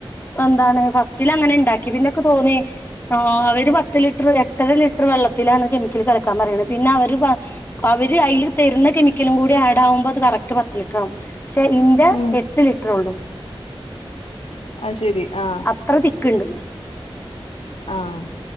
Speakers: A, on the left; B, on the left.
A: എന്താണ് ഫസ്റ്റിൽ അങ്ങനെ ഉണ്ടാക്കി പിന്നൊക്കെ തോന്നി ആ അവര് പത്ത് ലിറ്റർ എട്ടര ലിറ്റർ വെള്ളത്തിലാണ് കെമിക്കൽ കല ക്കാൻ പറയുന്നത് പിന്നെ അവര് അവര് അതില് തരുന്ന കെമിക്കലും കൂടി ആഡ് ആകുമ്പോ അത് കറക്റ്റ് പത്ത് ലിറ്റർ ആകും പക്ഷെ ഇന്റെ
B: ഉം
A: എട്ട് ലിറ്റർ ഉള്ളൂ
B: അല്ലടീ ആ
A: അത്ര തിക്ക്ണ്ട്
B: ആഹ